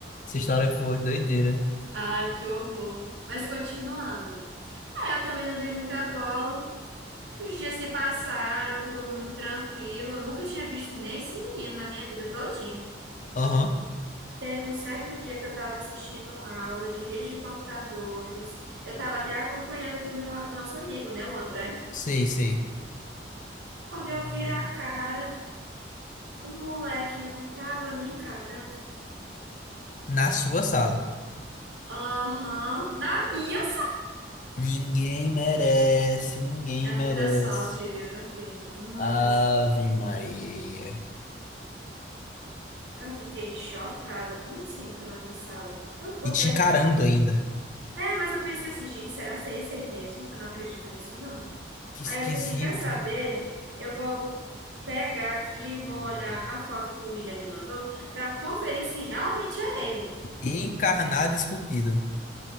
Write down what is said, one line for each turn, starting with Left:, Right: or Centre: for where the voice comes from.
Left: Essa história foi doideira.
Right: Ai, que horror. Mas continuando. Ah, eu também não dei muita bola. Os dias se passaram, tudo muito tranquilo. Eu nunca tinha visto nesse menino na minha vida todinha.
Left: Aham,
Right: Teve um certo dia que eu estava assistindo uma aula de rede de computadores. Eu estava até acompanhada do meu do nosso amigo, né, o André.
Left: sei, sei.
Right: Quando eu viro a cara, o moleque não tava me encarando.
Left: Na sua sala.
Right: Aham, na minha
Left: Ninguém merece, ninguém
Right: É muita
Left: merece.
Right: sorte, viu, meu filho? Muita
Left: Ave
Right: sorte.
Left: Maria.
Right: Eu fiquei chocada. Como assim ele tá na minha sala? Eu
Left: E
Right: até.
Left: te encarando
Right: eu-
Left: ainda.
Right: É, mas eu pensei assim, gente, será que é esse aí mesmo? Eu não acredito nisso, não.
Left: Que esquisito.
Right: Aí eu disse assim: quer saber? Eu vou pegar aqui e vou olhar a foto que o William me mandou pra conferir se realmente é ele.
Left: Encarnado e esculpido.